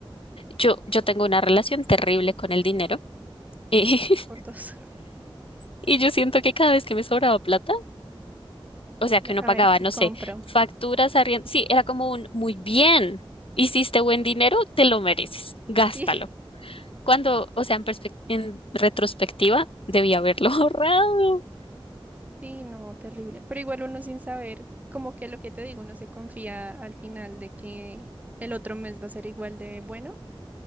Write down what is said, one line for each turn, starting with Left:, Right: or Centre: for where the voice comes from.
Left: Yo, yo tengo una relación terrible con el dinero eh, <laughs>
Right: por dos.
Left: y yo siento que cada vez que me sobraba plata, o sea,
Right: <laughs>
Left: que uno
Right: A
Left: pagaba,
Right: ver qué
Left: no
Right: compro.
Left: sé, facturas, arriendo, sí, era como un muy bien, hiciste buen dinero, te lo mereces, gástalo.
Right: <laughs> Sí,
Left: Cuando, o sea, en perspec- en retrospectiva, debía haberlo <laughs> ahorrado.
Right: sí, no, terrible. Pero igual uno sin saber, como que lo que te digo, uno se confía al final de que el otro mes va a ser igual de bueno